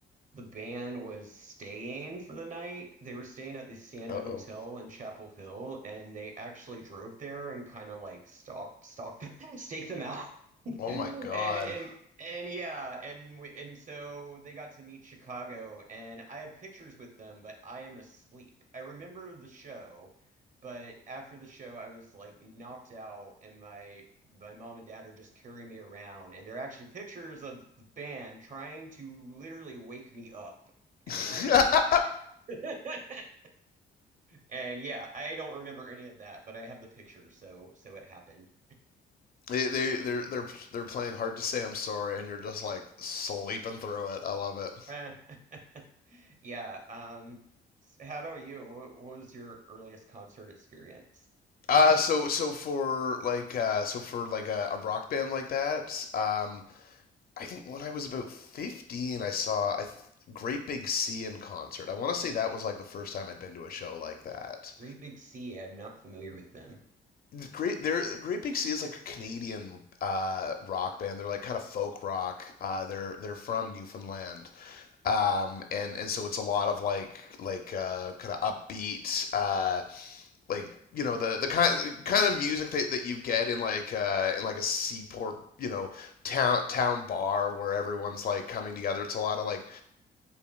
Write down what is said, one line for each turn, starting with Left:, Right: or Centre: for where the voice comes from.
Right: the band was staying for the night. They were staying at the Siena
Left: Uh-oh.
Right: Hotel in Chapel Hill, and they actually drove there and kind of like stalk, stalk, <laughs> stake them out <laughs> and
Left: Oh
Right: and
Left: my God.
Right: and yeah, and we, and so they got to meet Chicago, and I have pictures with them, but I am asleep. I remember the show, but after the show, I was like knocked out, and my my mom and dad are just carrying me around, and they're actually pictures of the band trying to literally wake me up, and
Left: <laughs>
Right: like. <laughs> And yeah, I don't remember any of that, but I have the picture, so so it happened.
Left: They they they're they're they're playing hard to say I'm sorry, and you're just like sleeping through it. I love it.
Right: Uh, <laughs> Yeah. Um, s- how about you? What, what was your earliest concert experience?
Left: Uh, so so for like uh so for like a, a rock band like that, um. I think when I was about 15, I saw I th- Great Big Sea in concert. I want to say that was like the first time I'd been to a show like that.
Right: Great Big Sea. I'm not familiar with them. <laughs>
Left: Great, they're, Great Big Sea is like a Canadian uh, rock band. They're like kind of folk rock. Uh, they're they're from Newfoundland, um, and and so it's a lot of like like uh, kind of upbeat, uh, like you know the the kind kind of music that, that you get in like uh, in like a seaport you know town town bar where everyone's like coming together. It's a lot of like